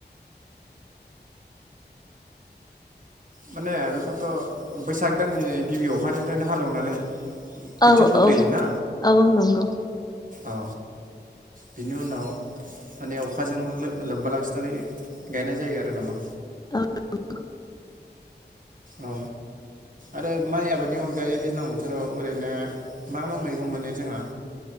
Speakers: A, on the right; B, on the left.
A: माने बेखौथ' बैसाग दाननि गिबि अखानिफ्रायनो हालेवनानै खोथिया
B: औ
A: फोग्रोयोना
B: औ औ नंगौ
A: औ बिनि उनाव माने अखाजों लोब्बा लाखिनानै गायनाय जायो आरो नामा?
B: औ नंगौ
A: औ आरो माइ आबादनि अनगायै दैज्लां बोथोराव ओरैनो मा मा मैगं मोनो जोंङो